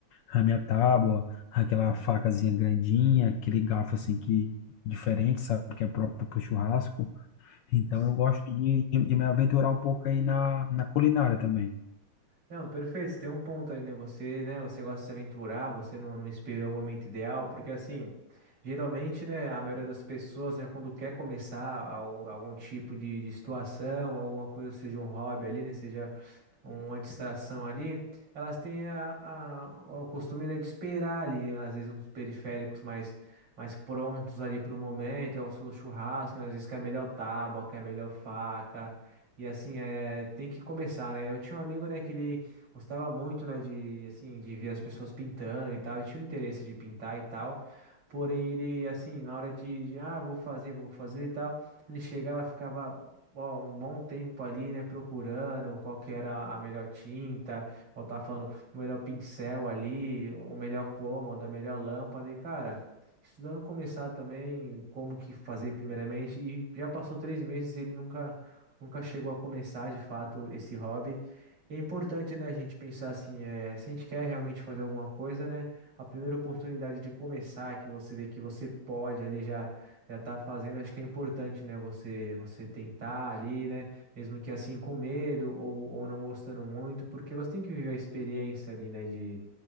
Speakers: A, on the left; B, on the right.
A: A minha tábua, aquela facazinha grandinha, aquele garfo assim que diferente, sabe? Que é próprio pro churrasco. Então,
B: Sim.
A: eu gosto de, de, de me aventurar um pouco aí na, na culinária também.
B: Não, perfeito, você tem um ponto aí, né? Você, né, você gosta de se aventurar, você não, não esperou o momento ideal, porque assim, geralmente, né, a maioria das pessoas, né, quando quer começar algum, algum tipo de, de situação, alguma coisa, seja um hobby ali, né, seja uma distração ali, elas têm a, a- o costume, né, de esperar ali, às vezes, uns periféricos mais, mais prontos ali para o momento, é o seu churrasco, né, às vezes quer melhor tábua, quer melhor faca, e assim, é, tem que começar, né? Eu tinha um amigo, né, que ele gostava muito, né, de, assim, de ver as pessoas pintando e tal, e tinha o interesse de pintar e tal, Porém, ele, assim, na hora de, de, ah, vou fazer, vou fazer e tal, ele chegava, ficava bom um bom tempo ali, né, procurando qual que era a melhor tinta, ou tá falando o melhor pincel ali, o melhor cômodo, a melhor lâmpada, e cara, estudando começar também como que fazer primeiramente, e já passou três meses e ele nunca, nunca chegou a começar de fato esse hobby. E é importante, né, a gente pensar assim, é, se a gente quer realmente fazer alguma coisa, né, a primeira oportunidade de começar, que você vê que você pode ali já já tá fazendo, acho que é importante, né? Você você tentar ali, né? Mesmo que assim com medo ou, ou não gostando muito, porque você tem que viver a experiência ali, né? De,